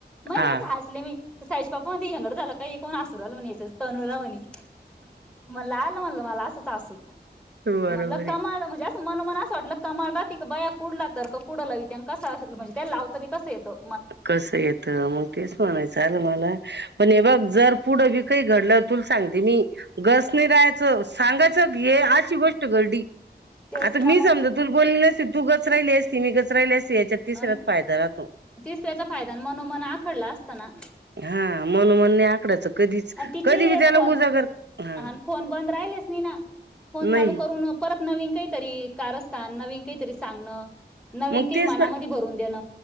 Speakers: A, in the centre; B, on the right.
A: माइ
B: हा
A: मिच हासलेमि साईचे पप्पा म्हणत्या हेंगड झालय का हे कोण हसु राहील म्हणे हे तनुला म्हणी म्हणल आल म्हणला मला आसच हासु
B: बरोबर
A: म्हणल
B: आहे
A: कमाल <unintelligible> मनोमन अस वाटल कमाल राहतीग बया कुढला तर्क कुड लावीत्यान त्यांना लावताबी कसा येतो
B: कस येत मग तेच म्हणायचये ना मला पण हे बघ जर पुढ बी काय घडल तुला सांगते मि गच नाय रहायच म सांगायच ही अशी गोष्ट घडली.
A: तेच
B: आता
A: ना
B: मी
A: मग
B: समजा तुला बोलेलच तू गचराहिली असती मी गचराहिली असती याच्यात तिसऱ्याच
A: अन
B: फायदा राहतो.
A: तिसऱ्याचा फायदान मनोमन आखडला असता ना
B: हा मन म्हणणे आकडाचं कधीच
A: अन तिचेही
B: कधी बी त्याला
A: फोन
B: उजागर हा
A: अन फोन बन्द लाहीलेच नाहीना फोन
B: नाही
A: चालु करून अन परत नवीन काहीतरी कारस्थान नवीन काहीतरी सांगणं. नवीन
B: मग
A: काही
B: तेच
A: मनामध्
B: ना
A: करुन देण